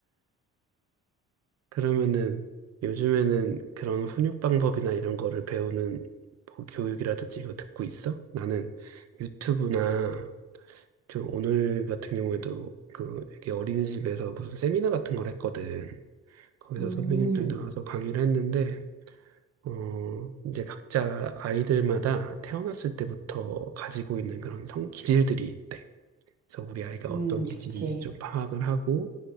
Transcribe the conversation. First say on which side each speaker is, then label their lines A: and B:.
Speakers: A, on the right; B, on the right.
A: 그러면은 요즘에는 그런 훈육 방법이나 이런 거를 배우는 뭐 교육이라든지 이거 듣고 있어? 나는 유튜브나 좀 오늘 같은 경우에도 그 이게 어린이집에서 무슨 세미나 같은 걸 했거든. 거기서
B: 음,
A: 선배님들 나와서 강의를 했는데, 어, 이제 각자 아이들마다 태어났을 때부터 가지고 있는 그런 성 기질들이 있대. 그래서 우리 아이가
B: 음,
A: 어떤 기질인지
B: 그치.
A: 좀 파악을 하고,